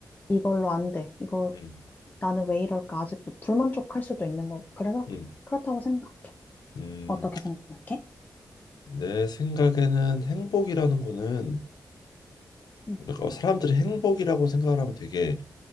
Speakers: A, on the left; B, on the left.
A: 이걸로 안 돼. 이거
B: 음,
A: 나는 왜 이럴까? 아직도 불만족할 수도 있는 거고. 그래서
B: 음,
A: 그렇다고 생각.
B: 음.
A: 어떻게 생각해?
B: 내 생각에는 행복이라는 거는
A: 음,
B: 뭔가 사람들이 행복이라고 생각을 하면 되게